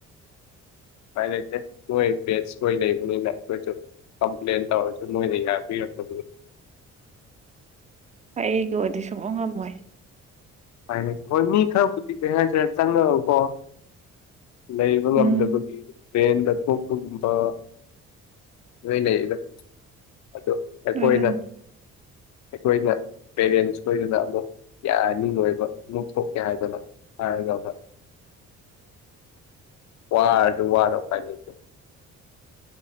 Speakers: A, on the left; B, on the right.
A: ꯎꯄꯥꯏ ꯂꯩꯇꯦ ꯅꯣꯏ ꯅꯦꯁ ꯈꯣꯏ ꯂꯩꯕꯅꯤꯅꯥ ꯑꯈꯣꯏꯁꯨ ꯀꯝꯄ꯭ꯂꯦꯟ ꯇꯧꯔꯁꯨ ꯃꯣꯏ ꯅꯄꯤꯔꯀ
B: ꯍ ꯑꯩꯒ ꯑꯣꯏꯗꯤ ꯁꯨꯡꯉ ꯉꯝꯃꯣꯏ
A: ꯎꯄꯥꯏꯂꯩꯇꯦ ꯍꯣꯏ ꯃꯤ ꯈꯔꯕꯨꯗꯤ ꯀꯩ ꯍꯥꯏꯁꯤꯔ ꯆꯪꯅꯔꯛꯑꯣꯀꯣ ꯂꯩꯕ ꯉꯝꯗꯕꯒꯤ
B: ꯎꯝ
A: ꯇꯦꯟꯗ ꯊꯣꯄꯒꯨꯝꯕ ꯂꯣꯏ ꯂꯩꯗ ꯑꯗꯨ ꯑꯩꯈꯣꯏꯅ
B: ꯑꯗꯨꯅꯤ
A: ꯑꯩꯈꯣꯏꯅ ꯄꯦꯔꯦꯟꯁ ꯈꯣꯏꯗꯨꯅ ꯑꯃꯨꯛ ꯌꯥꯅꯤ ꯂꯣꯏꯕ ꯅꯣꯛꯊꯣꯛꯀꯦ ꯍꯥꯏꯗꯅ ꯍꯥꯏꯔꯒ ꯋꯥꯔꯁꯨ ꯋꯥꯅ ꯎꯄꯥꯏ ꯂꯩꯇꯦ